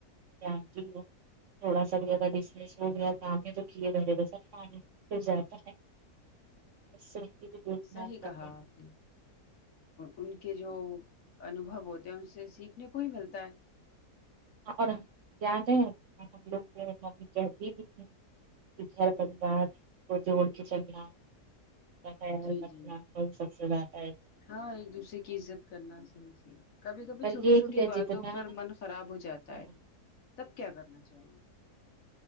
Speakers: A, on the right; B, on the left.
A: کینٹین تھوڑا سا بھی اگر بزنس ہو گیا کام ہے تو کیے رہے گا سر پانی پھر جاتا ہے اس سے دھیان
B: صحیح
A: کرنا
B: کہا
A: ہے
B: آپ نے ان کے جو انو بھاؤ ہوتے ہیں ان سے سیکھنے کو ہی ملتا ہے
A: اور یاد ہے ہم لوگ کے ممی چہتی بھی تھی گھر
B: ہ
A: پریوار کو جوڑ کے چلنا <unintelligible>
B: جی جی ہاں ایک دوسرے کی عزت کرنا صحیح سے کبھی کبھی
A: پر
B: چھوٹی
A: یہ
B: چھوٹی
A: کہ
B: باتوں
A: جتنا
B: پر من خراب ہو جاتا
A: ہم-
B: ہے تب کیا کرنا چاہیے